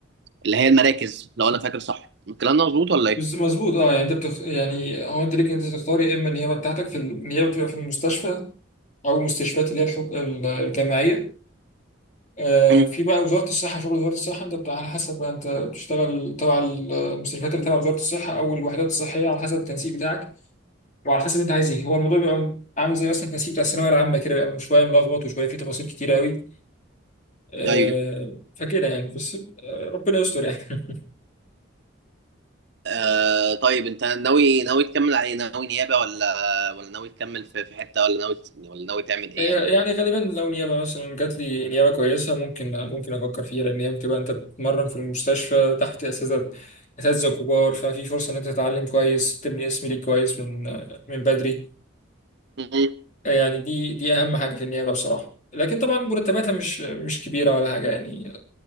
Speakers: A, on the right; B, on the left.
A: اللي هي المراكز لو انا فاكر صح الكلام ده مظبوط ولا ايه؟
B: بس- مظبوط اه يعني انت بتخ... يعني هو انت ليك انت تختار يا اما النيابه بتاعتك في النيابه بتبقى في المستشفى او مستشفيات اللي هي الحك... الجامعيه آه،
A: مم.
B: في بقى وزارة الصحة شغل وزارة الصحة انت بتاع على حسب بقى انت بتشتغل تبع المستشفيات اللي تبع وزارة الصحة او الوحدات الصحية على حسب التنسيق بتاعك وعلى حسب انت عايز ايه هو الموضوع بيبقى عامل زي مثلا التنسيق بتاع الثانوية العامة كده بيبقى شوية ملخبط وشوية فيه تفاصيل كتير قوي آه،
A: ايوه
B: فكده يعني بس آه، ربنا يستر يعني <laughs>
A: آه طيب انت ناوي ناوي تكمل على ايه؟ ناوي نيابة ولا ولا ناوي تكمل في في حتة ولا ناوي ولا ناوي تعمل ايه
B: هي- يعني غالبا لو نيابة مثلا جات لي نيابة كويسة ممكن ممكن افكر فيها لان هي بتبقى انت بتتمرن في المستشفى تحت اساتذة اساتذة كبار ففي فرصة ان انت تتعلم كويس تبني اسم ليك كويس من من بدري
A: يعني؟
B: يعني دي دي اهم حاجه في النيابه بصراحه لكن طبعا مرتباتها مش مش كبيره ولا حاجه يعني